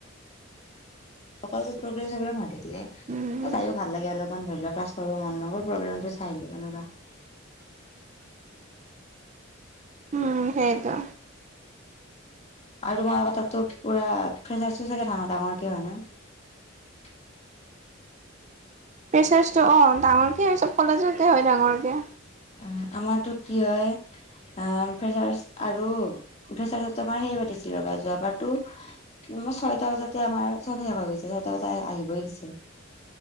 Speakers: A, on the left; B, on the right.
A: অকল প্ৰগ্ৰেম চগ্ৰম মতি দিলে
B: উম,
A: তাইো ভাল লাগে অলপমান ধৰি লওক। ক্লাছ কৰিব মন নগ'ল প্ৰগ্ৰেমটো চাইিলো এনেকুৱা।
B: উম সেইটো।
A: আৰু ম কটাতো পুৰা ফেছআছ টো চাগে ডাঙৰ ডাঙৰকে হয় ন। <unintelligible>
B: ফ্ৰেশ্বাটো অ ডাঙৰকে আৰু চব কলেজতে হয় ডাঙৰকে।
A: উ আমাৰতো কি হয়। অ' ফ্ৰেছাৰ্ছ আৰু ফেছাৰ্জো আমাৰ সেই পাতিছিল ৰ'ব যোৱাবাৰতো। ছয়টা বজাতে আমাৰ চব শেষ হৈ গৈছে, ছয়টা বজাত আহিবই দিছে। <inaudible>